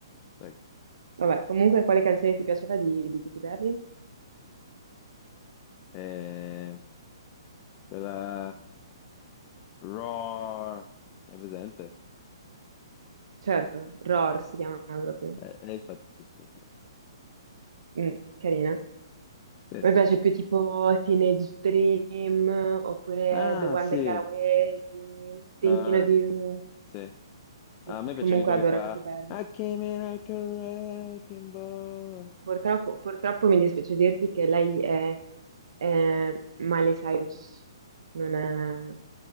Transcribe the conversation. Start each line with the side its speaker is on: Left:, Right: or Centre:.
Left: Prego.
Right: Vabbè, comunque, quale canzone ti piaceva di, di Che ti perdi?
Left: Eh, quella Roar, è presente?
Right: Certo, Roar si chiama proprio.
Left: Eh, eh, infatti sì, sì, pure.
Right: Mm, carina.
Left: Sì, sì.
Right: Mi piace più tipo Teenage Dream oppure
Left: Ah,
Right: The One
Left: sì.
Right: That Got Away, Thinking
Left: Eh,
Right: of You.
Left: sì. Ah,
Right: Sì,
Left: a me piace
Right: Comunque
Left: anche quella
Right: adoro
Left: che fa
Right: che ti parli.
Left: I came in like a wrecking ball.
Right: Purtroppo, purtroppo mi dispiace dirti che lei è, è Miley Cyrus, non è,